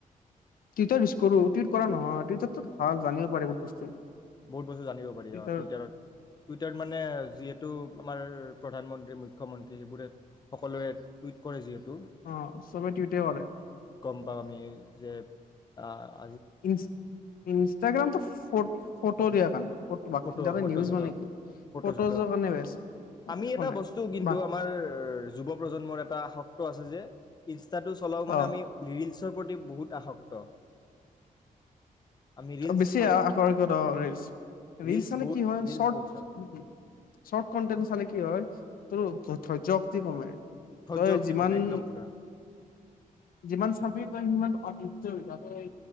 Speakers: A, on the left; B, on the left.
A: টুইতাৰ ইউচ কৰো <unintelligible> কৰা নহয় <unintelligible> ভাল জানিবও পাৰি বহুত বস্তু।
B: বহুত বস্তু জানিব পাৰি
A: টুইটাৰ
B: অ টুইটাৰত টুইটাৰত মানে যিহেতু। আমাৰ প্ৰধানমন্ত্ৰী, মুখ্যমন্ত্ৰী সেইবোৰে সকলোৱে টুইট কৰে যিয়ে। টো
A: অ', চবে টুইটে কৰে
B: গম পাওঁ আমি যে। অ'।
A: ই-ইনষ্টাগ্ৰামটো ফটো। ফটো দিয়া কাৰণে। বাকী
B: ফটো ফটো
A: নিউজ
B: চটো
A: মানে কি
B: ফটো
A: ফটোজৰ
B: চটো
A: কাৰণে বেষ্ট।
B: আমি
A: একো
B: এটা
A: নাই
B: বস্তু কিন্তু
A: বা
B: আমাৰ যুৱ প্ৰজন্মৰ এটা শক্ত আছে যে। ইন। চলাও মানে
A: অ'।
B: আমি ৰিলচ। ৰ প্ৰতি বহুত আসক্ত। আমি ৰিলচ
A: বেছি
B: পাই
A: আ-আকৰ্ষিত ৰিলচ। ৰিলছ
B: ৰিলচ
A: চালে
B: বহুত
A: কি হয়
B: ৰিলচ
A: শৰ্ট
B: বহুত চাওঁ
A: উ শৰ্ট কনটেন্ট চালে কি হয়। তোৰ ধৈৰ্য শক্তি কমে।
B: ধৈৰ্য্য
A: তই
B: শক্তি
A: যিমান
B: কমে একদম পুৰা
A: যিমান চাবি তই সিমান। অধৈৰ্য হৈ